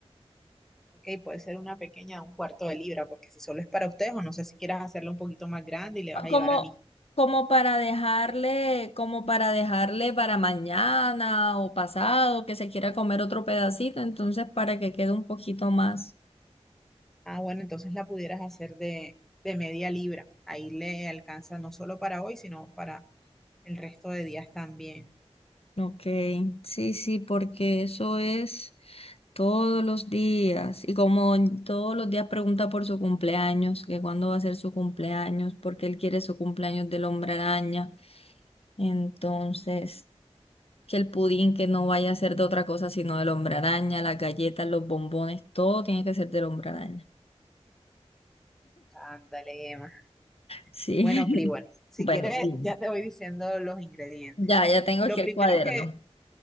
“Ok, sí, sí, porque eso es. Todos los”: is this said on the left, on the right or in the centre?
Left